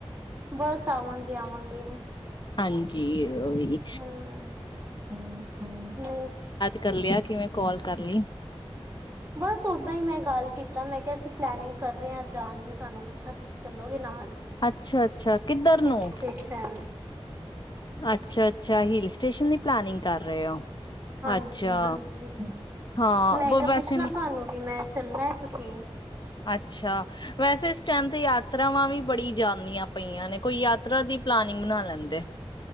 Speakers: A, on the right; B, on the left.
A: ਬੱਸ ਆਵਾਂਗੇ-ਆਵਾਂਗੇ।
B: ਹਾਂਜੀ, ਉਹੀ।
A: ਹਮ, ਹਮ-ਹਮ ਨਹੀਂ।
B: ਕੱਲਿਆ ਕਿਵੇਂ ਕਾਲ ਕਰ ਲੀ।
A: ਬੱਸ ਓਦਾਂ ਹੀ ਮੈਂ ਗੱਲ ਕੀਤਾ। ਮੈਂ ਕਿਹਾ ਅਸੀਂ ਪਲੈਨਿੰਗ ਕਰ ਰਹੇ ਹਾਂ ਜਾਣ ਦੀ। ਤੁਹਾਨੂੰ ਪੁੱਛਾਂ ਤੁਸੀਂ? ਚੱਲੋ ਗੇ ਨਾਲ।
B: ਅੱਛਾ-ਅੱਛਾ, ਕਿੱਧਰ ਨੂੰ
A: ਹਿਲ ਸਟੇਸ਼ਨ
B: ਅੱਛਾ-ਅੱਛਾ, ਹਿਲ ਸਟੇਸ਼ਨ ਦੀ ਪਲਾਨਿੰਗ ਕਰ ਰਹੇ ਹੋ?
A: ਹਾਂਜੀ-ਹਾਂਜੀ,
B: ਅੱਛਾ ਹਾਂ
A: ਮੈਂ ਕਿਹਾ
B: ਵੈਸੇ
A: ਪੁੱਛਣਾ ਤੁਹਾਨੂੰ ਵੀ ਮੈਂ ਚੱਲਣਾ ਐ ਤੁਸੀਂ?
B: ਅੱਛਾ। ਵੈਸੇ ਇਸ ਟਾਈਮ ਤੇ ਯਾਤਰਾਵਾਂ ਵੀ ਬੜੀ ਜਾਂਦੀਆਂ ਪਈਆਂ ਨੇ। ਕੋਈ ਯਾਤਰਾ ਦੀ ਪਲਾਨਿੰਗ ਬਣਾ ਲੈਂਦੇ।